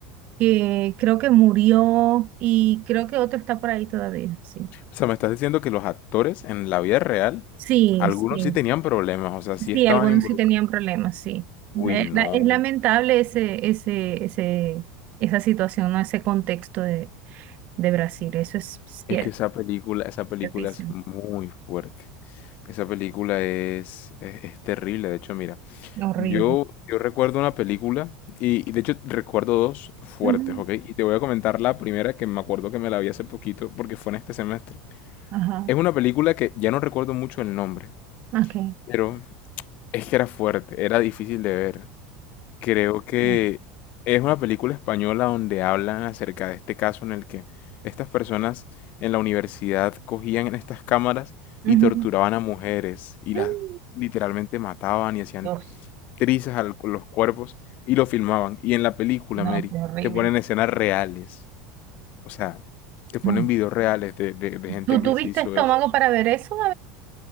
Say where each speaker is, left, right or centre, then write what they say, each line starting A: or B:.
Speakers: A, on the right; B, on the left.
A: que creo que murió y creo que otro está por ahí todavía, sí.
B: O sea, me estás diciendo que los actores en la vida real,
A: Sí,
B: algunos
A: sí,
B: sí tenían problemas, o sea, sí
A: sí,
B: estaban
A: algunos
B: involucrados.
A: sí tenían problemas, sí.
B: Uy,
A: Eh,
B: no.
A: la- es lamentable ese, ese, ese, esa situación, ¿no? Ese contexto de, de Brasil, eso es cierto,
B: Es que esa película, esa película
A: ciertísimo,
B: es muy fuerte. Esa película es, es, es terrible. De hecho, mira,
A: horrible.
B: Yo, yo recuerdo una película, y, y de hecho recuerdo dos fuertes,
A: Ujú,
B: ¿ok? Y te voy a comentar la primera que me acuerdo que me la vi hace poquito, porque fue en este semestre.
A: Ajá,
B: Es una película que ya no recuerdo mucho el nombre,
A: ok.
B: pero es que era fuerte, era difícil de ver. Creo que
A: No.
B: es una película española donde hablan acerca de este caso en el que estas personas en la universidad cogían en estas cámaras
A: Ujú.
B: y torturaban a mujeres y las
A: Mm,
B: literalmente mataban y hacían
A: Dios,
B: trizas a los cuerpos y lo filmaban. Y en la película,
A: no,
B: Mary,
A: qué horrible.
B: te ponen escenas reales. O sea, te ponen
A: No.
B: videos reales de, de- de gente
A: ¿Tú
B: que
A: tuviste
B: se hizo
A: estómago
B: eso.
A: para ver eso,